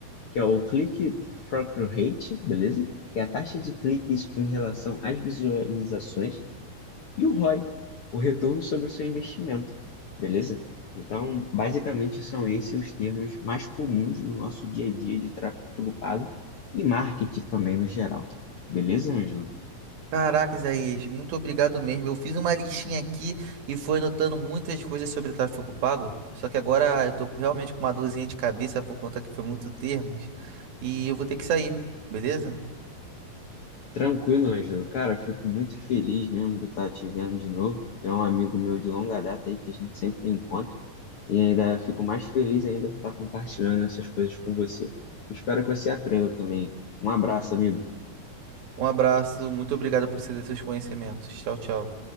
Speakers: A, on the left (about 60°); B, on the right (about 75°).
A: que é o Click Through Rate, beleza? Que é a taxa de cliques em relação às visualizações e o ROI, o I, o retorno sobre o seu investimento, beleza? Então, basicamente, são esses os termos mais comuns no nosso dia a dia de tráfego pago e marketing também no geral. Beleza, Ângelo?
B: Caraca, Isaías, muito obrigado mesmo. Eu fiz uma listinha aqui e fui anotando muitas coisas sobre tráfego pago. Só que agora eu tô com- realmente com uma dorzinha de cabeça por conta que foi muito termos. E eu vou ter que sair, beleza?
A: Tranquilo, Ângelo. Cara, eu fico muito feliz mesmo por estar te vendo de novo. É um amigo meu de longa data aí que a gente sempre encontra e ainda fico mais feliz ainda por estar compartilhando essas coisas com você. Espero que você aprenda também. Um abraço, amigo.
B: Um abraço, muito obrigado por ceder seus conhecimentos. Tchau, tchau.